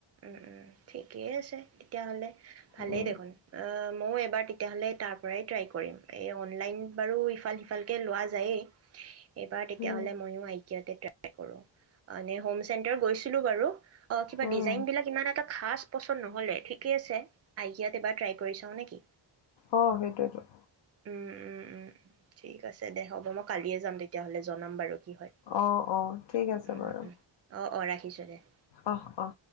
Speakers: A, on the right; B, on the left.
A: উম উম ঠিকেই আছে তেতিয়াহ'লে ভালেই
B: উম
A: দেখোন অ মও এবাৰ তেতিয়াহ'লে তাৰ <unintelligible> ট্ৰাই কৰিম এই অনলাইন বাৰু ইফাল সিফালকে লোৱা যায়েই এইবাৰ তেতিয়াহ'লে
B: উম
A: মইও আইকিয়াতে ট্ৰাই কৰো মানে হোম চেণ্টাৰ গৈছিলোঁ বাৰু অ কিবা
B: উম
A: ডিজাইনবিলাক ইমান এটা খাচ পচন নহলে ঠিকে আছে আইকিয়াত এবাৰ ট্ৰাই কৰি চাও নেকি?
B: অ সেইটোৱেতো
A: উম উম উম ঠিক আছে দে হ'ব মই কালিয়ে যাম তেতিয়াহ'লে জনাম বাৰু কি হয়
B: অ অ ঠিক আছে
A: উম
B: বাৰু
A: উম <unintelligible>
B: অহ অ